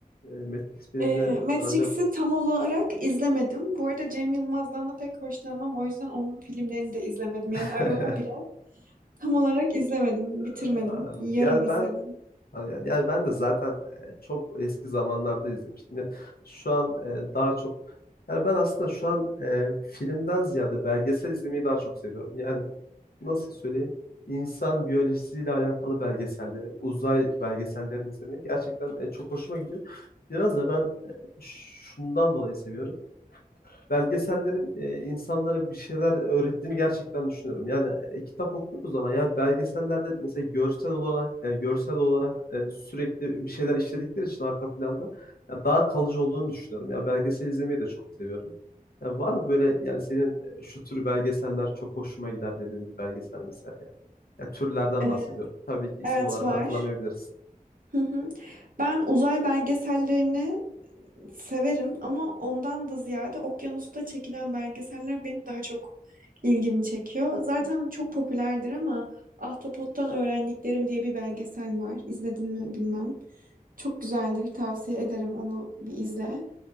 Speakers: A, on the left (about 90°); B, on the right (about 65°).
A: E, Matrix filmini
B: E, Matrix'i
A: daha önce
B: tam olarak izlemedim. Bu arada Cem Yılmaz'dan da pek hoşlanmam. O yüzden onun filmlerini de izlemedim.
A: <laughs>
B: Yani Arog'u bile tam olarak izlemedim. Bitirmedim.
A: Ee,
B: Yarım
A: Yani
B: izledim.
A: ben yani yani ben de zaten e, çok eski zamanlarda izlemiştim. Yani şu an e, daha çok yani ben aslında şu an e, filmden ziyade belgesel izlemeyi daha çok seviyorum. Yani nasıl söyleyeyim? İnsan biyolojisiyle alakalı belgeselleri, uzay belgesellerini izlemeyi gerçekten e, çok hoşuma gidiyor. Biraz da ben e, şundan dolayı seviyorum belgesellerin e, insanlara bir şeyler öğrettiğini gerçekten düşünüyorum. Yani e, kitap okuyoruz ama yani belgesellerde mesela görsel olarak e, görsel olarak e, sürekli bir şeyler işledikleri için arka planda ya daha kalıcı olduğunu düşünüyorum. Ya belgesel izlemeyi de çok seviyorum. Ya var mı böyle yani senin e, şu tür belgeseller çok hoşuma gider dediğin bir belgesel mesela? Ya türlerden
B: E,
A: bahsediyorum. Tabii ki isim
B: evet
A: olarak
B: var.
A: hatırlamayabilirsin.
B: Hı hı. Ben uzay belgesellerini severim ama ondan da ziyade okyanusta çekilen belgeseller benim daha çok ilgimi çekiyor. Zaten çok popülerdir ama Ahtapot'tan Öğrendiklerim diye bir belgesel var. İzledin mi bilmem. Çok güzeldir. Tavsiye ederim onu bir izle.